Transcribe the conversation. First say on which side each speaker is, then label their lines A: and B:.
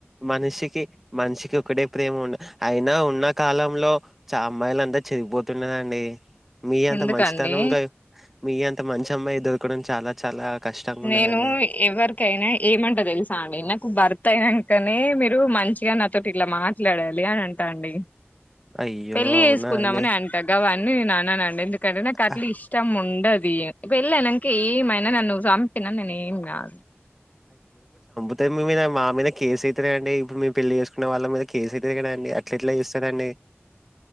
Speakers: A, in the centre; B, on the left.
A: మనుషికి మనిషి కి ఒకటే ప్రేమ ఉండ అయినా ఉన్న కాలంలో చ అమ్మాయిల అంతా చెడిపోతున్నరండి మీ అంత
B: ఎందుకండి
A: మంచితనం కా మీ అంత మంచి అమ్మాయి దొరకడం చాలా చాలా కష్టంగా ఉన్నదండి
B: నేను ఎవరికైనా ఏమంట తెలుసా అండి నాక్ భర్త అయినాకనే మీరు మంచిగా నాతోటి ఇలా మాట్లాడాలి అని అంటా అండి
A: అయ్యో
B: పెళ్లి
A: అవునా
B: చేసుకుందామని
A: అండి
B: అంటాగావ నేను ఆన అండి ఎందుక్ ఎక్కడనా కర్లీ
A: అ-
B: ఇష్టం ఉండి అంటది పెళ్లి అయినంకా ఏమైనా నన్ను సంప్ తినన్ నే ఏం కాదు
A: అదే మీ మీద మా మీద కేసు అయితాది అండి ఇప్పుడు మ మీము పెళ్లి చేసుకున్న వాళ్ళం కదా కేసు అయితాది కదా అండి అట్లా ఎట్లా చేస్తారా అండి